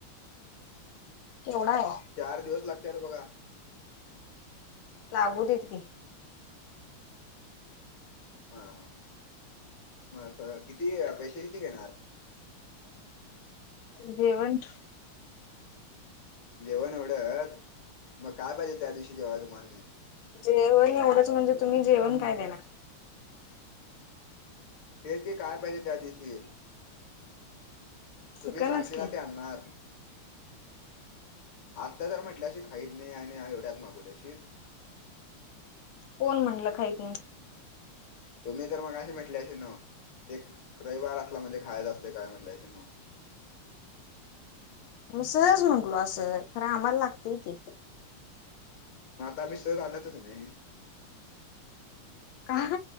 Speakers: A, on the left; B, on the left.
A: केवढाय.
B: चार दिवस लागते रे बघा.
A: लागू देत की.
B: हा, हा. म किती पैसे किती घेणार?
A: जेवण
B: जेवण एवढंच. म काय पाहिजे त्या दिवशी जेवाय तुम्हाला.
A: जेवण एवढंच म्हणजे, तुम्ही जेवण काय देणार.
B: तेच की, काय पाहिजे त्या दिवशी? तुम्ही
A: चिकनच
B: सांगशीला
A: की
B: ते आणार. आता जर म्हटलंशी खात नाही आणि एवढ्यात मागूशी
A: कोण म्हटलं खाहीत नाही
B: तुम्ही तर मगही म्हटल्याश ना ते रविवार असला म्हणजे खायच असते काय म्हटल्याश ना
A: म सहज म्हंटलो असं खरं आम्हाला लागतय की
B: मग आता आम्ही सह आणतच नाही
A: का